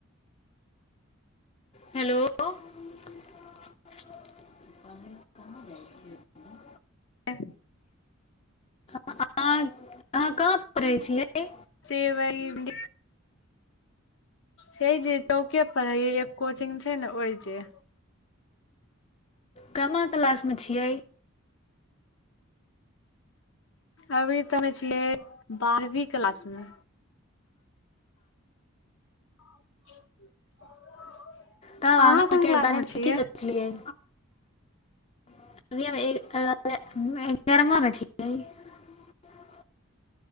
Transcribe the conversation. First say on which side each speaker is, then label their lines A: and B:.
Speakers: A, on the left (about 30°); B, on the left (about 65°).
A: हेलो <unintelligible>
B: त <unintelligible>
A: अहाँ-अहाँ कहाँ पढ़ै छियै।
B: से वही से जे चौके पर हइ कोचिंग छै ने ओहि जे।
A: केमा क्लासमे छियै
B: अभी तऽ हमे छियै बारहवीं क्लास मे। <unintelligible>
A: तब
B: अहाँ
A: आगाँके
B: कोन क्लास
A: बारेमे
B: मे छियै
A: की सोचलियै <unintelligible> हमें एगरमा मे छी नहि